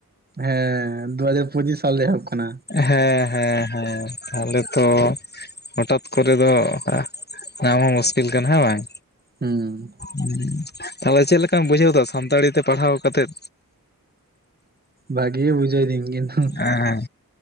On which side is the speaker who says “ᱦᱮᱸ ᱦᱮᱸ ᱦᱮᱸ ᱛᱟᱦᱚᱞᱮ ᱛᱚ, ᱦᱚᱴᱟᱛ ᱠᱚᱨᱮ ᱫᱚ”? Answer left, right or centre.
Left